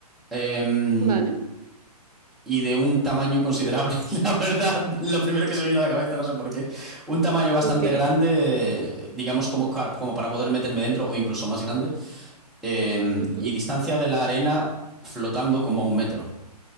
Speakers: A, in the centre; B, on the right (about 70°).
A: Em,
B: vale,
A: y de un tamaño considerable, <laughs> la verdad, lo primero que se me vino a la cabeza, no sé por qué. Un tamaño bastante
B: ok.
A: grande, digamos como, ca- como para poder meterme dentro o incluso más grande eh,
B: ujú,
A: y distancia de la arena flotando como a un metro.